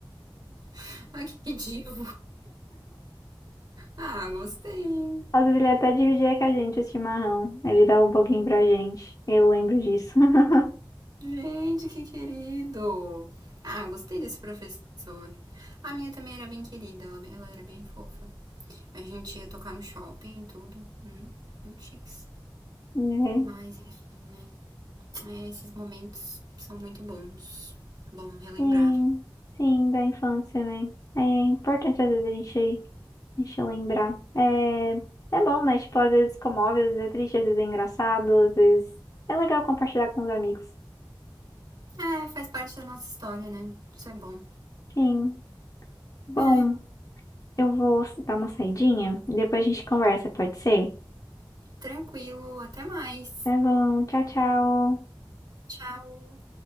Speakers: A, on the right (about 50°); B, on the left (about 40°).
A: <laughs> Ai, que, divo! Ah, gostei!
B: Às vezes ele até dividia com a gente o chimarrão. Ele dava um pouquinho pra gente. Eu lembro disso. <laughs>
A: Gente, que querido! Ah, gostei desse professor. A minha também era bem querida, ela, ela era bem fofa. A gente ia tocar no shopping e tudo. Hum, muito chiques.
B: É.
A: Mas, enfim, né? É, esses momentos são muito bons. Bom relembrar.
B: Sim, sim, da infância, né? É importante às vezes a gente Deixa eu lembrar. É, é bom, né? Tipo, às vezes comove, às vezes é triste, às vezes é engraçado, às vezes é legal compartilhar com os amigos.
A: É, faz parte da nossa história, né? Isso é bom.
B: Sim. Bom,
A: É,
B: eu vou dar uma saidinha, depois a gente conversa, pode ser?
A: tranquilo, até mais.
B: Tá bom, tchau, tchau.
A: Tchau.